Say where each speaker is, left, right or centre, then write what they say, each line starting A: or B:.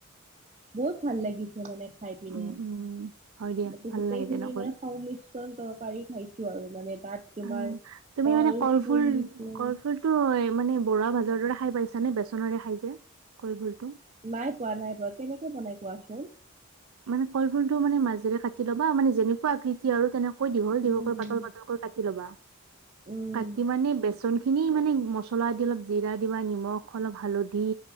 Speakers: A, on the right; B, on the right.
A: বহুত ভাল লাগিছে মানে খাই পিনে
B: উম উম হয় দিয়া
A: এইটো
B: ভাল
A: গোটেইখিনি
B: লাগে তেনেকৈ
A: মানে সংমিশ্ৰ ন তৰকাৰী খাইছো আৰু মানে তাত তোমাৰ
B: অ, তুমি
A: কল
B: মানে কলফুল-কলফুলটো
A: ফুল দিছো
B: এ মানে বৰা ভাজাৰ দৰে খাই পাইছা নে? বেচনৰে খাই যে কলফুল
A: নাই পোৱা - নাই পোৱা কেনেকে বনাই কোৱাচোন?
B: মানে কলফুলটো মানে মাজেৰে কাটি ল'বা মানে যেনেকুৱা আকৃতি আৰু তেন কৈ দিঘল দিগলকৈ
A: উম
B: পাতল পাতলকৈ কাটি লবা।
A: উম
B: কাটি মানে বেচন খিন খিনি মানে মছলা দি অলপ, জিৰা দিবা, নিমখ অলপ হালধি,